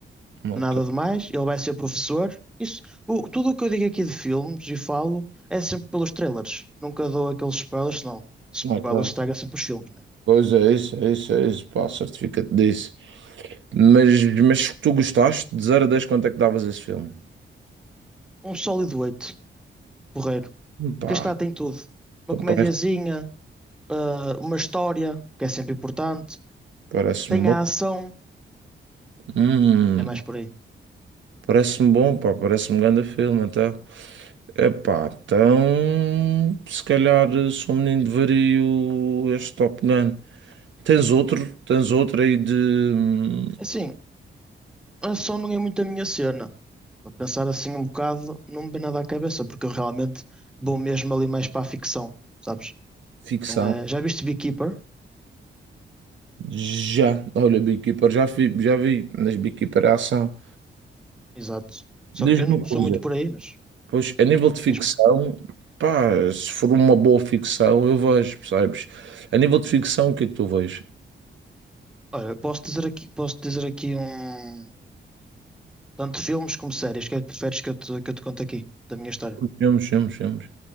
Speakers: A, on the right; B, in the centre.
A: spoiler.
B: nada
A: Ok,
B: demais, ele vai ser professor. Isso, o- tudo o que eu digo aqui de filmes e falo é sempre pelos trailers. Nunca dou aqueles spoilers, senão spoilers
A: ok.
B: estraga sempre os filmes, né?
A: Pois é, isso, é isso, é isso, pá, certifica-te disso. Mas, mas se tu gostaste, de 0 a 10 quanto é que davas esse filme?
B: Um sólido 8 porreiro.
A: Pá,
B: Que está, tem tudo.
A: então
B: Uma comediazinha,
A: parece,
B: ah, uma história, que é sempre importante.
A: parece-me
B: Tem
A: bom.
B: a ação,
A: Hum,
B: é mais por aí.
A: parece-me bom, pá, parece-me um grande filme até. Epá, então se calhar eh, sou um menino de vario este Top Gun. Tens outro? Tens outro aí de hum,
B: Assim, A ação não é muito a minha cena. A pensar assim um bocado, não me vem nada à cabeça, porque eu realmente vou mesmo ali mais para a ficção, sabes?
A: ficção?
B: Não é... Já viste Beekeeper?
A: Já, olha, Beekeeper, já vi, já vi, mas Beekeeper é ação.
B: Exato. Só
A: Diz-me
B: que eu não
A: uma coisa,
B: sou muito por aí, mas
A: pois a nível de ficção,
B: mesmo.
A: pá, se for uma boa ficção, eu vejo, percebes? A nível de ficção, o que é que tu vês?
B: Olha, posso dizer aqui, posso dizer aqui um... Tanto filmes como séries. O que é que preferes que eu te, que eu te conte aqui, da minha história?
A: Filmes, filmes, filmes.